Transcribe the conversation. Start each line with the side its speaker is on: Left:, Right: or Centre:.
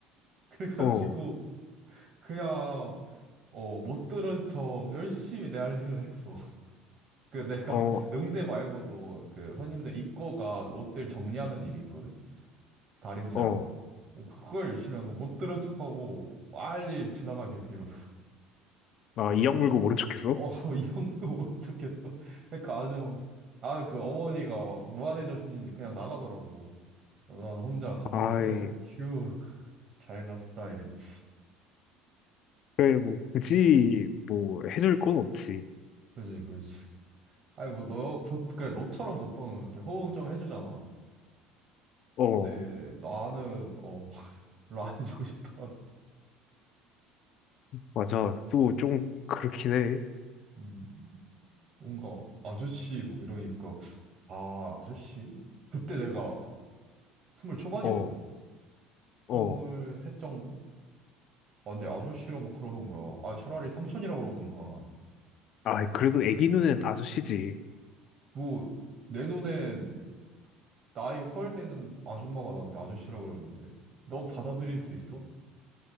Right: 그래가지고
Left: 어,
Right: 그냥 어, 못 들은 척 열심히 내 할 일을 했어. <laughs> 그 내가
Left: 어,
Right: 응대 말고도 그 손님들 입고가 옷들 정리하는 일이 있거든? 다림질하고.
Left: 어.
Right: 그걸 열심히 해서 못 들은 척하고 빨리 지나가길 빌었어.
Left: 아, 이악 물고 모른 척했어?
Right: 어, <laughs> 이 형도 못 듣겠어. 그러니까 아주 막, 아, 그 어머니가 막 무안해졌는지 그냥 나가더라고. 난 혼자 가슴을
Left: 아이,
Right: 썰어야 돼. 휴, 잘 갔다, 이랬지.
Left: 그래, 뭐, 굳이, 뭐, 해줄 건 없지.
Right: 그지, 그지. 아니, 뭐, 너, 보, 그래, 너처럼 보통은 이렇게 호응 좀 해주잖아.
Left: 어,
Right: 근데 나는, 어, <laughs> 별로 안 해주고 싶더라고.
Left: 맞아. 또, 좀, 그렇긴 해.
Right: 음, 뭔가, 아저씨, 막 이러니까, 아, 아저씨? 그때 내가 스물 초반이었거든?
Left: 어,
Right: 스물셋
Left: 어.
Right: 정도? 아, 근데 아저씨라 막 그러는 거야. 아, 차라리 삼촌이라 그러던가.
Left: 아, 그래도 애기 눈엔 아저씨지.
Right: 뭐, 내 눈엔 나이 헐되는 아줌마가 나한테 아저씨라 그러는데, 넌 받아들일 수 있어?